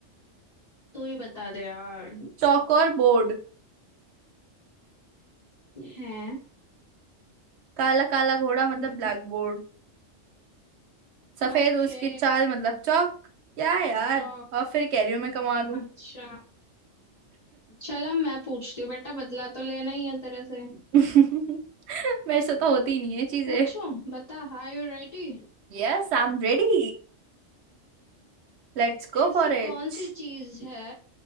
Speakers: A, on the left; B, on the right.
A: तू ही बता दे यार
B: चौक और बोर्ड
A: है
B: काला काला घोड़ा मतलब
A: मतलब
B: ब्लैक बोर्ड सफेद
A: ओके
B: उसकी चाल मतलब चौक क्या है यार
A: चौक
B: और फिर कैरियर में कमा लूं
A: अच्छा चलो मैं पूछती हूँ बेटा बदला तो लेना ही है तेरे से
B: <laughs> मेरे से तो होती ही नहीं है चीजें
A: पूछूं बता हाय यू रेडी
B: Yes I am ready Let's go
A: ऐसी
B: for it
A: कौन सी चीज है